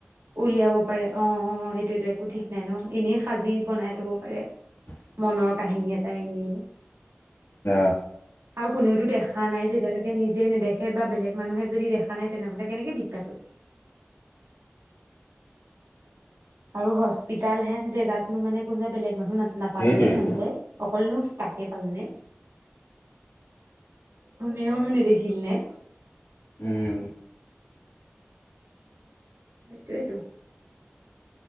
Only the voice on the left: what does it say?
উ
ত
সেইটোৱেইটো
উম